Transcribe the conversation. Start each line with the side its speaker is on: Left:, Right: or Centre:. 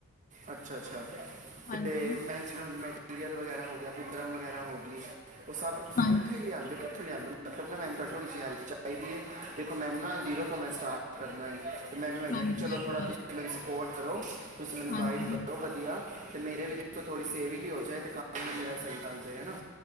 Right: ਅੱਛਾ- ਅੱਛਾ।
Left: ਹਾਂਜੀ
Right: ਅਤੇ ਮੈਚਿੰਗ ਮੈਟੀਰੀਅਲ, ਵਗੈਰਾ ਹੋ ਗਿਆ, ਬੁਕਰਮ ਵਗੈਰਾ ਹੋ ਗਈ। ਉਹ, ਸਭ ਤੁਸੀਂ
Left: ਹਾਂਜੀ
Right: ਇਕੱਠੇ ਹੀ ਲਿਆਉਦੇ ਹੋ? <inaudible> ਮੈਨੂੰ ਥੋੜੀ ਜਿਹੀ ਹੈਲਪ ਚਾਹੀਦੀ ਹੈ, ਦੇਖੋ ਮੈਨੂੰ ਨਾ, ਜੀਰੋ ਤੋਂ ਮੈਂ ਸਟਾਰਟ ਕਰਨਾ ਏ। ਤੇ ਮੈਨੂੰ ਹੈਗਾ
Left: ਹਾਂਜੀ
Right: ਕਿ, ਚਲੋ
Left: ਇਹ ਤੇ
Right: ਥੋੜ੍ਹਾ
Left: ਗੱਲ
Right: ਤੁਸੀਂ
Left: ਹੈ
Right: ਮੈਨੂੰ ਸਪੋਰਟ ਕਰੋ, ਤੁਸੀਂ, ਮੈਨੂੰ
Left: ਹਾਂਜੀ
Right: ਗਾਈਡ ਕਰੋ ਵਧੀਆ। ਮੇਰੇ ਵੀ, ਦੇਖੋ ਥੋੜ੍ਹੀ ਸੇਵਿੰਗ ਵੀ ਹੋ ਜਾਏ, ਤੇ ਕੰਮ ਵੀ ਮੇਰਾ ਸਹੀ ਲਗ ਜਾਏ ਹੈ ਨਾ?